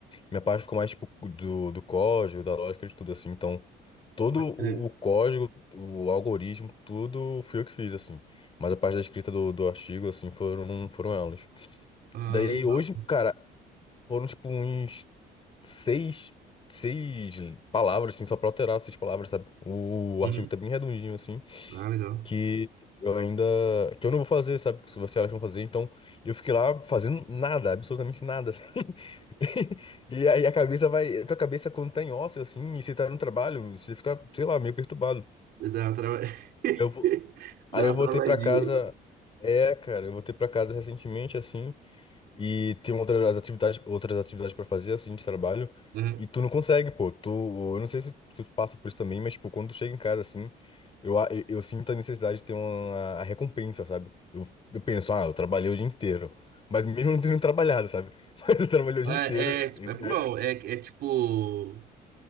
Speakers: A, on the left (about 30°); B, on the right (about 70°).
A: Minha parte ficou mais, tipo, do, do código, da lógica, de tudo assim. Então, todo
B: Pode
A: o,
B: crer.
A: o código, o algoritmo, tudo fui eu que fiz, assim. Mas a parte da escrita do, do artigo, assim, foram, foram elas.
B: Ah,
A: Daí
B: legal.
A: hoje, cara, foram, tipo, uns seis, seis palavras, assim, só pra alterar seis palavras, sabe? O,
B: Uhum.
A: artigo tá bem redondinho, assim,
B: Ah, legal.
A: que eu ainda, que eu não vou fazer, sabe? Que se vocês elas vão fazer, então eu fiquei lá fazendo nada, absolutamente nada, assim. <laughs> E aí a cabeça vai, a tua cabeça quando tá em ócio, assim, e você tá no trabalho, você fica, sei lá, meio perturbado.
B: Dá uma trava... <laughs>
A: eu vou,
B: Dá
A: aí eu
B: uma
A: voltei
B: travadinha.
A: pra casa, é, cara, eu voltei pra casa recentemente, assim, e tem outras atividades, outras atividades para fazer, assim, de trabalho.
B: Aham.
A: E tu não consegue, pô. Tu, eu não sei se tu passa por isso também, mas, tipo, quando tu chega em casa, assim, eu, a- eu, eu sinto a necessidade de ter uma a recompensa, sabe? Eu, eu penso, ah, eu trabalhei o dia inteiro. Mas mesmo não tendo trabalhado, sabe? <laughs> Mas eu trabalhei o dia
B: É,
A: inteiro,
B: é, tipo,
A: entre
B: é- não,
A: aspas.
B: é, é tipo,